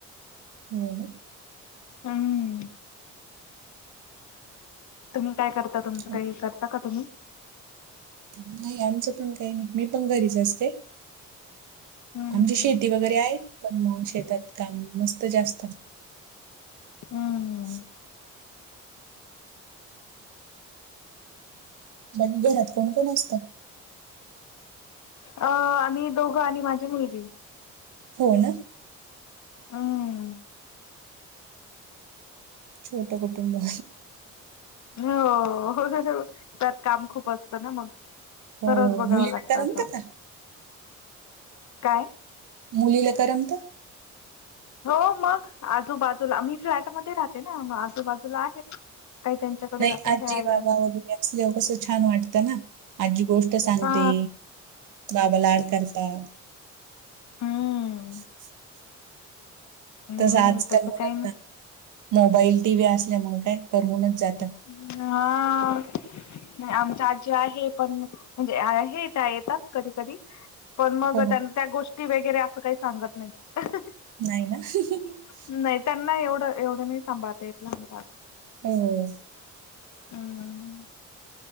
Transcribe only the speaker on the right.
ह ह.
छान.
नाही आमचं पण काही नाही मी, पण घरीच असते.
आमची शेती वगैरे आहे, पण मग शेतात काम नसतं जास्त.
<unintelligible> बाकी घरात कोण कोण असतात?
हो ना.
छोट कुटुंब.
हो
मुलीला
करमतं
का
मुलीला करमत?
नाही
आजी, बाबा वगैरे असल्यावर कसं छान वाटत ना. आजी गोष्ट सांगते,
बाबा लाड करतात.
<unintelligible>
तसं आजकाल
मुलांना
Mobile T. व्ही असल्यामुळे काय करमूनच जात.
हो
हो
नाही ना
हम्म,